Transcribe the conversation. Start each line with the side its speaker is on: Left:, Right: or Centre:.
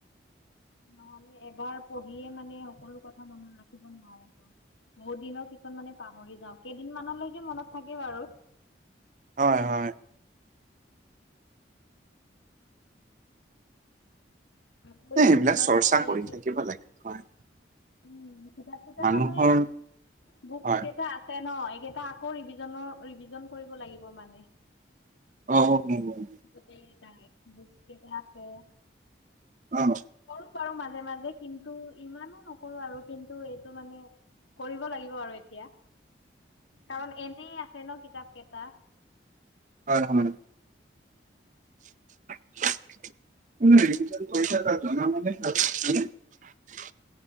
Left: নহ'লে, এবাৰ পঢ়িয়ে মানে সকলো কথা মনত ৰাখিব নোৱাৰিব। বহুত দিনৰ পিছত মানে পাহৰি যাওঁ কেইদিনমানলৈকে মনত থাকে বাৰু
Right: হয়, হয়।
Left: আকৌ
Right: এই
Left: ৰিভিজনত
Right: এইবিলাক চৰ্চা
Left: মানে
Right: কৰি
Left: কি
Right: থাকিব লাগে হয়
Left: উম, কিতাপকিটা
Right: মানুহৰ
Left: মানে, বুকচ
Right: হয়
Left: কেইটা আছে ন? এইকেইটা আকৌ ৰিভিজনৰ ৰিভিজন কৰিব লাগিব মানে
Right: অ'। উম
Left: গোটেইকেইটায়ে বুকচ কেইটা আছে।
Right: অ'।
Left: কৰো মাজে, মাজে কিন্তু ইমানো নকৰোঁ আৰু কিন্তু এইটো মানে কৰিব লাগিব আৰু এতিয়া। কাৰণ এনে আছে ন কিতাপ কেইটা
Right: হয় হয় <unintelligible>